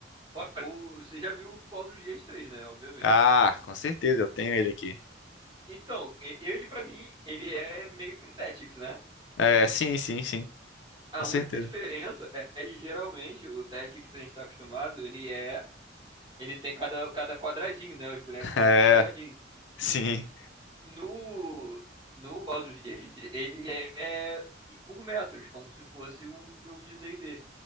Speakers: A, on the right; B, on the left.
A: olha, o- você já viu o Baldur's Gate Três, né? Obviamente.
B: Ah, com certeza, eu tenho ele aqui.
A: Então, e- ele pra mim, ele é meio que Tactics, né?
B: É, sim, sim, sim.
A: A
B: Com
A: única
B: certeza.
A: diferença
B: <laughs>
A: é que geralmente o Tactics que a gente tá acostumado, ele é Ele tem cada, cada quadradinho, né? Os bonecos
B: É,
A: têm os seus quadradinhos.
B: sim.
A: No, no Baldur's Gate, ele é e por metros, como se fosse um jogo de D&D.